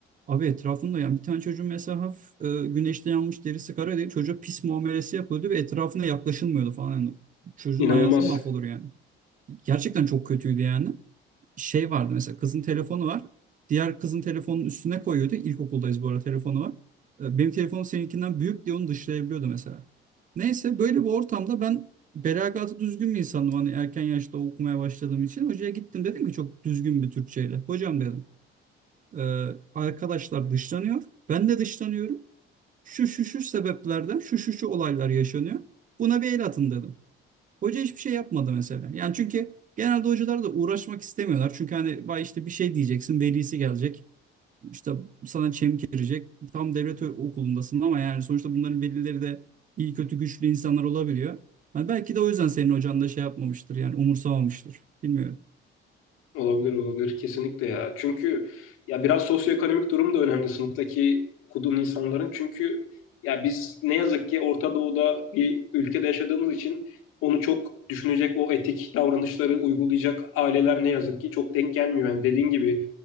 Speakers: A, on the right; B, on the left.
A: abi etrafında yani bir tane çocuğun mesela hafif e, güneşte yanmış derisi kara değil. Çocuğa pis muamelesi yapılıyordu ve etrafına yaklaşılmıyordu falan. Yani çocuğun
B: İnanılmaz
A: hayatı mahvolur yani. Gerçekten çok kötüydü yani şey vardı mesela kızın telefonu var. Diğer kızın telefonun üstüne koyuyordu. İlkokuldayız bu arada telefonu var. E, Benim telefonum seninkinden büyük diye onu dışlayabiliyordu mesela. Neyse böyle bir ortamda ben belagatı düzgün bir insandım. Hani erken yaşta okumaya başladığım için. Hocaya gittim dedim ki çok düzgün bir Türkçeyle. Hocam dedim e, arkadaşlar dışlanıyor. Ben de dışlanıyorum. Şu şu şu sebeplerden şu şu şu olaylar yaşanıyor. Buna bir el atın dedim. Hoca hiçbir şey yapmadı mesela. Yani çünkü genelde hocalar da uğraşmak istemiyorlar. Çünkü hani vay işte bir şey diyeceksin, velisi gelecek. İşte sana çemkirecek. Tam devlet ö- okulundasın ama yani sonuçta bunların velileri de iyi kötü güçlü insanlar olabiliyor. Hani belki de o yüzden senin hocan da şey yapmamıştır yani umursamamıştır. Bilmiyorum.
B: Olabilir olabilir kesinlikle ya. Çünkü ya biraz sosyoekonomik durum da önemli sınıftaki kudum insanların. Çünkü ya biz ne yazık ki Orta Doğu'da bir ülkede yaşadığımız için onu çok düşünecek o etik davranışları uygulayacak aileler ne yazık ki çok denk gelmiyor. Yani dediğin gibi